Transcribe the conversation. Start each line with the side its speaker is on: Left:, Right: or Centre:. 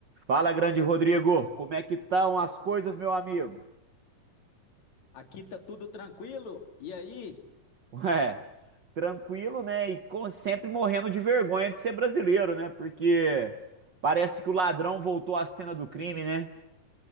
Right: Fala, grande Rodrigo, como é que estão as coisas, meu amigo?
Left: Aqui tá tudo tranquilo. E aí?
Right: Ué, tranquilo, né? E com- sempre morrendo de vergonha de ser brasileiro, né? Porque parece que o ladrão voltou à cena do crime, né?